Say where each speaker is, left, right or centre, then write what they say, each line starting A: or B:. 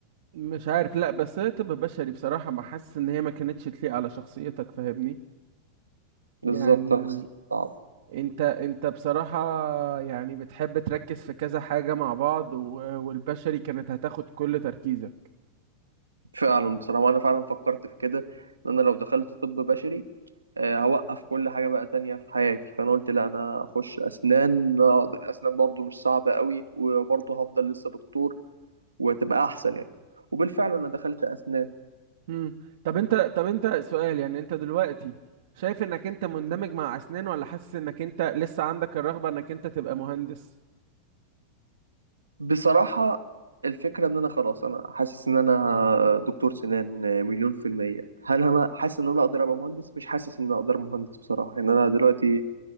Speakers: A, on the right (about 55°); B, on the right (about 75°).
A: مش عارف لا بس هي طب بشري بصراحة ما حاسس ان هي ما كانتش تليق على شخصيتك فاهمني
B: بالظبط
A: يعني
B: صعب
A: انت انت بصراحة يعني بتحب تركز في كذا حاجة مع بعض و- والبشري كانت هتاخد كل تركيزك
B: فعلا بصراحه انا فعلا فكرت في كده ان انا لو دخلت طب بشري آه، هوقف كل حاجه بقى تانية في حياتي فانا قلت لا انا اخش اسنان آه، اسنان برضه مش صعبه قوي وبرضه هفضل لسه دكتور وتبقى احسن يعني وبالفعل انا دخلت اسنان
A: مم. طب انت طب انت سؤال يعني انت دلوقتي شايف انك انت مندمج مع اسنان ولا حاسس انك انت لسه عندك الرغبة انك انت تبقى مهندس
B: بصراحة الفكرة ان انا خلاص انا حاسس ان انا دكتور سنان مليون في المية هل انا حاسس ان انا اقدر ابقى مهندس مش حاسس ان انا اقدر مهندس بصراحة يعني انا دلوقتي